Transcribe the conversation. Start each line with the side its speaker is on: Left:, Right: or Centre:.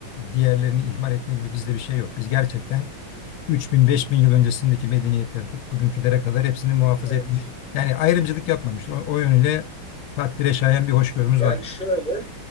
Left: diğerlerini ihmal etme gibi bizde bir şey yok. Biz gerçekten 3000-5000 yıl öncesindeki medeniyetten tut bugünkülere kadar hepsini muhafaza
Centre: evet.
Left: etmeyi yani ayrımcılık yapmamış. O, o yönüyle takdire şayan bir hoşgörümüz
Centre: Yani
Left: var.
Centre: şöyle,